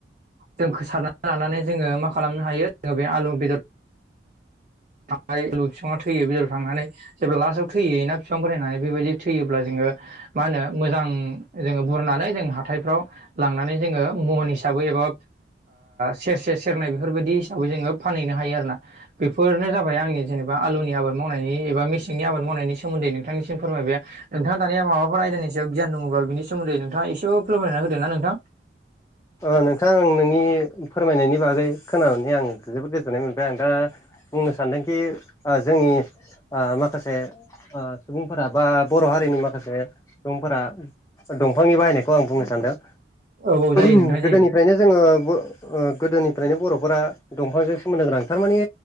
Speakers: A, on the right; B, on the left.
A: जोंखौ सारना लानानै जोङो मा खालामनो हायो जोङो बे आलु बेदर थांल' बिफां थैयो बेलेराव थांनानै जेब्ला लास्टआव थैय ना बिफां फरायनानै बेबायदि थैयोब्ला जोङो मा होनो मोजां जोङो बुरनानै जों हाथायफ्राव लांनानै जोङो महन हिसाबै एबा सेरसे सेरनाय बेफोरबायदि हिसाबै जोङो फानहैनो हाथों आरोना बेफोरनो जाबाय आंनि जेबा आलुनि आबाद मावनायनि एबा मेसेंनि आबाद मावनायनि सोमोन्दै नोंथांनिसिम फोरमायबाय नोंथाङा दानिया माबाफोर आयदानि सायाव गियान दङबा बिनि सोमोनदै नोथाङा एसेबो फोरोंयनानै होदों ना नोंथां
B: ओ नोंथां आं नोंनि फोरमायनायनि बागै खोनानानै आं जोबोद गोजोननाय मोनबाय आं दा बुंनो सानदोंखि जोंनि ओ माखासे सुबुंफोरा बा बर' हारिनि माखासे सुबुंफोरा दंफांनि बाहायनायखौ आं बुंनो सानदों
A: औ औ जायो नोंथां जायो
B: गोदोनिफ्रायनो जोङो ओ गोदोनिफ्रायनो बर'फोरा दंफांजों सोमोन्दो गोनां थारमाने